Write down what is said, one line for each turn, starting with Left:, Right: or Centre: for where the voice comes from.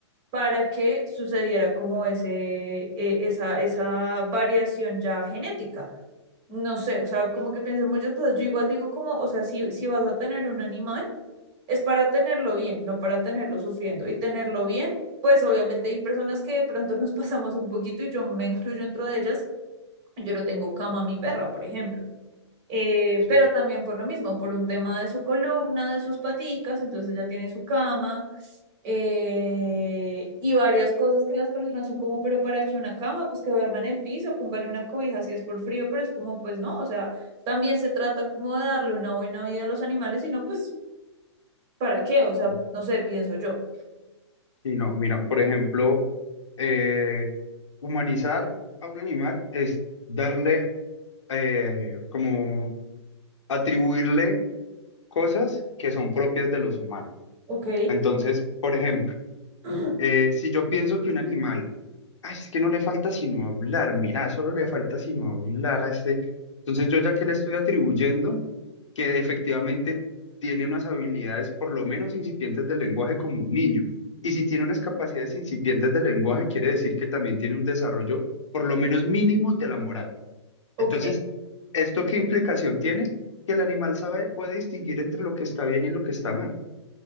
Right: para que sucediera como ese, eh, esa, esa variación ya genética. No sé, o sea, como que piensan muchas cosas. Yo igual digo como, o sea, si, si vas a tener un animal, es para tenerlo bien, no para tenerlo sufriendo. Y tenerlo bien, pues obviamente hay personas que de pronto nos pasamos un poquito y yo me incluyo dentro de ellas. Yo lo tengo cama a mi perra, por ejemplo eh,
Left: Sí,
Right: pero también por lo mismo, por un tema de su columna, de sus paticas, entonces ya tiene su cama eh, y varias cosas que las personas son como, pero para qué una cama, pues que duerma en el piso, póngale una cobija si es por frío, pero es como, pues no, o sea, también se trata como de darle una buena vida a los animales, sino pues, ¿para qué? O sea,
Left: Sí.
Right: no sé, pienso yo.
Left: sí, no, mira, por ejemplo, eh, humanizar a un animal es darle, eh, como atribuirle cosas que son propias de los humanos.
Right: Ok,
Left: Entonces, por ejemplo,
Right: <clears throat>
Left: Eh, si yo pienso que un animal, ay, es que no le falta sino hablar, mira, solo le falta sino hablar a este. Entonces yo ya que le estoy atribuyendo que efectivamente tiene unas habilidades por lo menos incipientes del lenguaje como un niño. Y si tiene unas capacidades incipientes del lenguaje, quiere decir que también tiene un desarrollo por lo menos mínimo de la moral.
Right: ok,
Left: Entonces, ¿esto qué implicación tiene? Que el animal sabe, puede distinguir entre lo que está bien y lo que está mal.